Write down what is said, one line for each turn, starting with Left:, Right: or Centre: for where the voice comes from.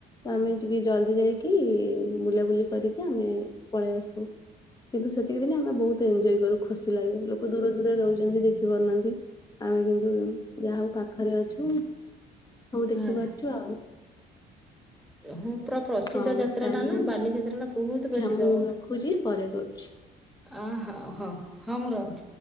Left: ଆମେ ଟିକେ ଜଲଦି ଯାଇକି ବୁଲାବୁଲି କରିକି ଆମେ ପଳେଇ ଆସ କିନ୍ତୁ ସେତିକି ଦିନେ ଆମେ ବହୁତ ଏଞ୍ଜୟ କରୁ। ଖୁସି ଲାଗେ ଲୋକ ଦୂର ଦୂରେ ରହୁ ଯେନ୍ତି ଦେଖି ପାରୁନାହାନ୍ତି ଆମେ କିନ୍ତୁ ଯାହା ହଉ ପାଖରେ ଅଛୁ। ହଉ
Centre: ହଁ।
Left: ଦେଖିବା ଆଉ
Centre: ହଁ ପୁରା ପ୍ରସିଦ୍ଧ
Left: ହଉ
Centre: ଯାତ୍ରା
Left: ତାହେଲେ
Centre: ଟା ନା
Left: ମୁଁ
Centre: ବାଲିଯାତ୍ରା ଟା ବହୁତ
Left: ଆଚ୍ଛା
Centre: ପ୍ରସିଦ୍ଧ
Left: ମୁଁ ରଖୁଛି ପରେ କରୁଛି।
Centre: ଆ ହଉ ହୋଉ ହଁ ମୁଁ ରହୁ